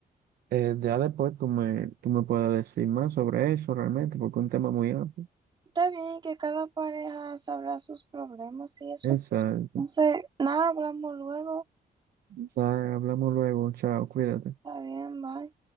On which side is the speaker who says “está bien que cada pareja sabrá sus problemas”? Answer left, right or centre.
Right